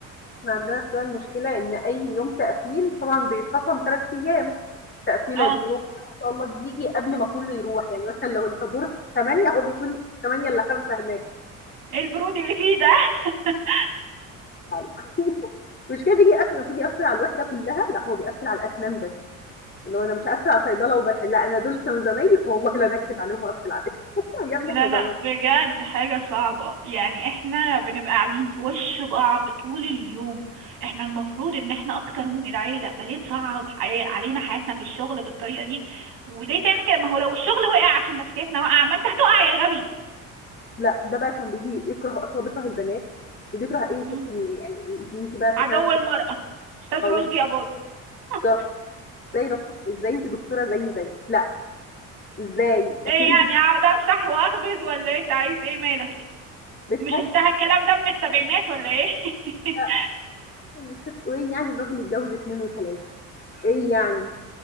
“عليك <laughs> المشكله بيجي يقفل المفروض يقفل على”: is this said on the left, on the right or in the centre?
Left